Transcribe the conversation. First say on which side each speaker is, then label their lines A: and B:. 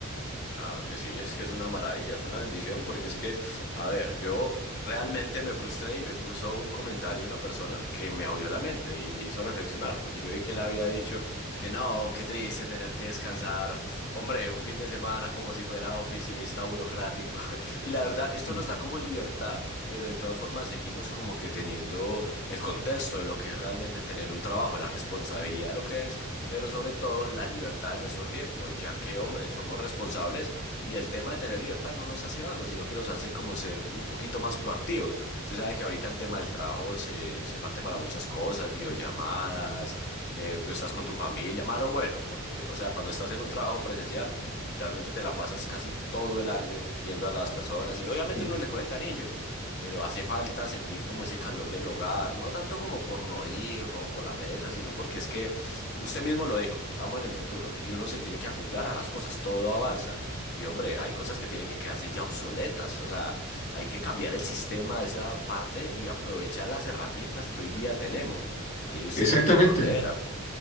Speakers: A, on the left; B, on the left.
A: Claro que sí, es que es una maravilla, es una bendición, porque es que A ver, yo realmente me frustré y me puso un comentario una persona que me abrió la mente y me hizo reflexionar, porque yo vi que él había dicho, es que no, qué triste tener que descansar, hombre, un fin de semana como si fuera oficinista burocrático. <laughs> Y la verdad, esto
B: Sí,
A: nos da como libertad, pero de todas formas seguimos como que teniendo el contexto de lo que es realmente tener un trabajo, la responsabilidad de lo que es, pero sobre todo la libertad de nuestro tiempo, ya que, hombre, somos responsables y el tema de tener libertad no nos hace vagos, sino que nos hace como como ser un poquito más proactivos. Usted sabe que ahorita el tema del trabajo se, se parte para muchas cosas, videollamadas, eh, tú estás con tu familia, malo o bueno, porque, o sea, cuando estás en un trabajo presencial, literalmente te la pasas casi todo el año viendo a las personas y obviamente
B: sí.
A: uno le coge cariño, pero hace falta sentir como ese calor del hogar, no tanto como por no ir o por la pereza, sino porque es que usted mismo lo dijo, estamos en el futuro y uno se tiene que acoplar a las cosas, todo avanza y hombre, hay cosas que tienen que quedarse ya obsoletas, o sea, hay que cambiar el sistema de esa parte y aprovechar las herramientas que hoy día tenemos. Ahí usted
B: Exactamente.
A: sí le pegó donde era.